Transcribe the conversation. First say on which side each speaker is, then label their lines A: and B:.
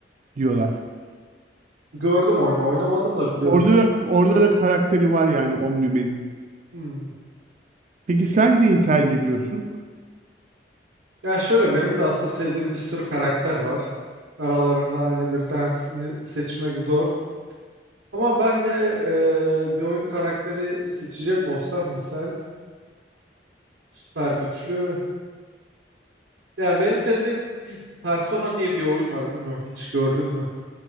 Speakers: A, on the right (about 45°); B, on the right (about 75°).
A: diyorlar.
B: Gördüm oyunu, oynamadım da biliyorum.
A: Orada da orada da karakteri var yani Omnimen'in.
B: Hmm.
A: Peki sen neyi tercih ediyorsun?
B: Ya şöyle benim de aslında sevdiğim bir sürü karakter var. Aralarından hani bir tanesini seçmek zor. Ama ben de e, bir oyun karakteri seçecek olsam misal süper güçlü. Yani benim sevdiğim Persona diye bir oyun var bilmiyorum hiç gördün mü?